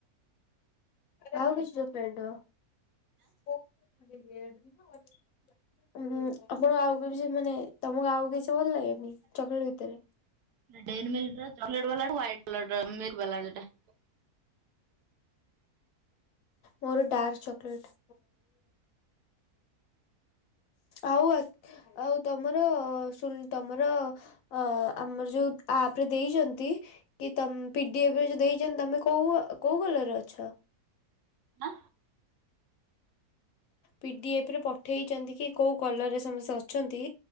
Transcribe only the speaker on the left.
ଆ କି ଫେଣ୍ଡ। <inaudible> ହଁ ଆପଣ ଆଉ କି ସେ ମାନେ। <inaudible> ତମକୁ ଆଉକୁ କିଛି ଭଲ ଲାଗେନି ଚକଲେଟ ଭିତରେ?
ମୋର ଷ୍ଟାର ଚକ୍‌ଲେଟ। ଆଉ ଆ ଆଉ ତମର ସୁଲ ତମର। ଅ ଆମର ଯୋଉ ଆପରେ ଦେଇଛନ୍ତି। କି ତମ ପିଡିଏଫରେ ଯୋଉ ଦେଇଛନ୍ତି ତମେ କୋଉ କୋଉ କଲର ଅଛ?
ପିଡିଏଫରେ ପଠେଇଛନ୍ତି କି କୋଉ କଲରରେ ସମସ୍ତେ ଅଛନ୍ତି?